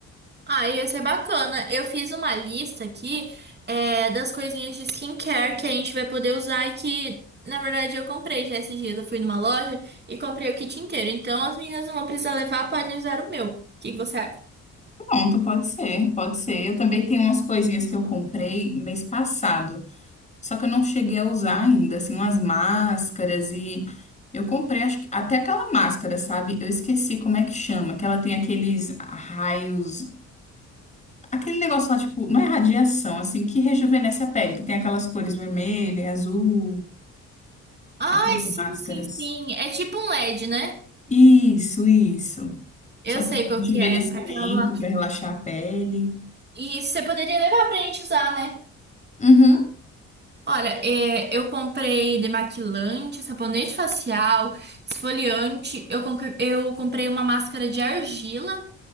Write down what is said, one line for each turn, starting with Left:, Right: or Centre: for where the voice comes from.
Right: Ah, ia ser bacana. Eu fiz uma lista aqui, é, das coisinhas de skincare que a gente vai poder usar e que, na verdade, eu comprei já esses dias. Eu fui numa loja e comprei o kit inteiro. Então, as meninas não vão precisar levar, podem usar o meu. O que que você acha?
Left: Pronto, pode ser, pode ser. Eu também tenho umas coisinhas que eu comprei mês passado, só que eu não cheguei a usar ainda, assim, umas máscaras e eu comprei acho que- até aquela máscara, sabe? Eu esqueci como é que chama, que ela tem aqueles raios Aquele negócio lá, tipo, não é radiação, assim, que rejuvenesce a pele, que tem aquelas cores vermelha, azul,
Right: Ai,
Left: aquelas
Right: sim,
Left: máscaras.
Right: sim, sim. É tipo um LED, né?
Left: Isso, isso.
Right: Eu
Left: Só
Right: sei
Left: que
Right: qual
Left: de
Right: que
Left: envelhecimento,
Right: é. Aquela...
Left: pra relaxar a pele.
Right: E você poderia levar pra gente usar, né?
Left: Uhum.
Right: Olha, é, eu comprei demaquilante, sabonete facial, esfoliante. Eu, conque- eu comprei uma máscara de argila.